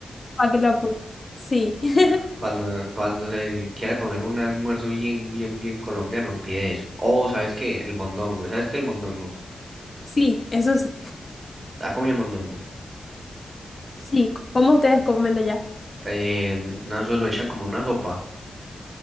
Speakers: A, on the left; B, on the right.
A: para que lo apunte. Sí, <laughs>
B: Y cuando, cuando se quiera comer un almuerzo bien, bien, bien colombiano, pide eso. O, ¿sabes qué? El mondongo. ¿Sabes qué? El mondongo.
A: sí, eso sí.
B: ¿Ha comido mondongo?
A: Sí, como ustedes comen allá.
B: Eh, no, eso lo echan como una sopa,